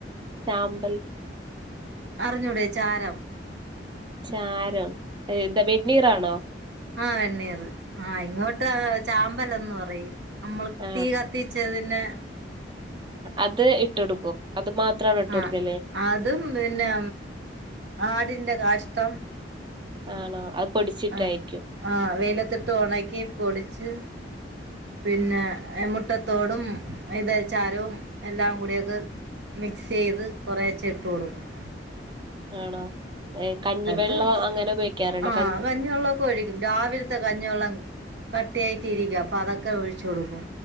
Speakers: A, on the right; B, on the right.
A: ചാമ്പൽ
B: അറിഞ്ഞൂടേ ചാരം
A: ചാരം ഇതാ വെണ്ണീർണോ
B: ആഹ എണ്ണീർ ആഹ് ഇങ്ങോട്ട് ചാമ്പലന്ന് പറയും നമ്മൾ
A: ആഹ്
B: തീ കത്തി ച്ചതിന്നെ
A: അത് ഇട്ടടുക്കും അത് മാത്രമാണ് ഇട്ട കൊടുക്കല്ലേ
B: ആഹ് അതും പിന്നെ ആടിന്റെ കാഷ്ടം
A: ആണോ അത് പൊടിച്ചിട്ടായിരിക്കും
B: ആഹ ആഹ വെയിലത്തിട്ട് ഉണക്കി പൊടിച്ച് പിന്നെ മുട്ടത്തോടും ഇത ചാരവും എല്ലാം കൂടിയൊക്കെ മിക്സ് ചെയ്ത് കുറെ ചിട്ട് കൊടുക്കും
A: ആണോ ഏ, കഞ്ഞിവെള്ളം
B: ത്
A: അങ്ങനെ ഉപയോഗിക്കാറുണ്ടോ
B: ആഹ കഞ്ഞിവെള്ളം ഒക്കെ ഒഴിക്കും രാവിലത്തെ കഞ്ഞിവെള്ളം കട്ടിയായിട്ടി ഇരിക്കുക അപ്പൊ അതൊക്കെ ഒഴിച്ചു കൊടുക്കും